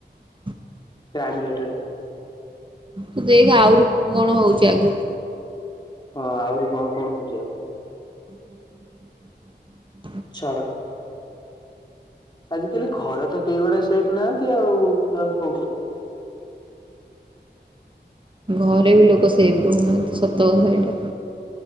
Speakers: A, on the right (about 25°); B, on the left (about 25°).
A: ?
B: କ୍ରାଇମ ରେଟରେ।
A: ତୁ ଦେଖ ଆହୁରି କଣ ହଉଛି ଆଗକୁ।
B: ହଁ ଆହୁରି କଣ କଣ ହଉଛି ଆଉ।
A: ଆ ?
B: ଛାଡ଼। ଆଜିକାଲି ଘରେ ତ କେଇଗୁଡା ସେଫ୍ ନାହାନ୍ତି ଆଉ କଣ କହିବ?
A: ଘରେ ବି ଲୋକ ସେଫ ରହୁନାହାନ୍ତି ସତ କଥା ଏଇଟା।